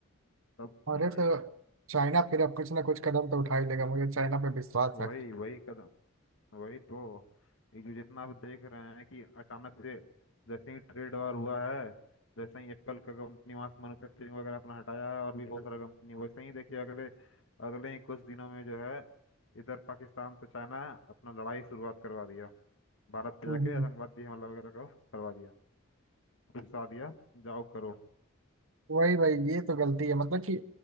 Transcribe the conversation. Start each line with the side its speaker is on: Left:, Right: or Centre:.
Left: तब
Right: अरे
Left: <clears throat>
Right: तो चाइना
Left: अब
Right: फिर अब कुछ ना कुछ कदम तो उठा ही लेगा मुझे चाइना पे विश्वास
Left: वही
Right: है
Left: वही कदम वही तो ये जो जितना आप देख रहे हैं कि अचानक से जैसे ही ट्रेड वार हुआ है जैसे ही एप्पल का कंपनी वहां से मैन्युफैक्चरिंग वगैरह अपना हटाया है और भी बहुत सारा कंपनी वैसे ही देखिए अगले अगले ही कुछ दिनों में जो है इधर पाकिस्तान से चाइना अपना लड़ाई शुरुआत करवा दिया भारत पे
Right: हम्म।
Left: जाके
Right: हम्म, हम्म।
Left: आतंकवादी हमला वगैरह का करवा दिया उकसा दिया जाओ करो
Right: वही भाई ये तो गलती है मतलब कि